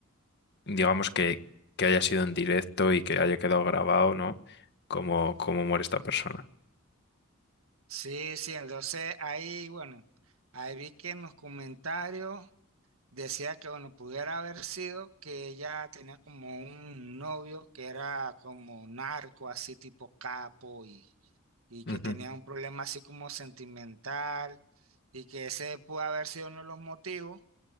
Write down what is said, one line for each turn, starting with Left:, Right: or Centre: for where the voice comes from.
Left: digamos, que, que haya sido en directo y que haya quedado grabado, ¿no? Como, como muere esta persona.
Right: Sí, sí, entonces ahí, bueno, ahí vi que en los comentarios decía que, bueno, pudiera haber sido que ella tenía como un novio que era como narco, así tipo capo, y, y
Left: Ujú.
Right: que tenía un problema así como sentimental, y que ese pudo haber sido uno de los motivos,